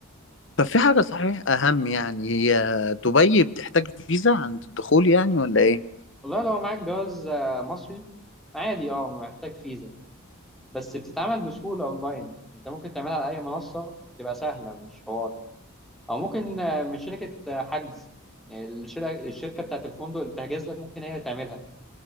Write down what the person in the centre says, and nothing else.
والله لو معاك جواز آه، مصري عادي اه محتاج فيزا بس بتتعمل بسهولة أونلاين أنت ممكن تعملها على أي منصة تبقى سهلة مش حوار أو ممكن آه، من شركة آه، حجز يعني الشركة الشركة بتاعت الفندق اللي بتحجز لك ممكن هي تعملها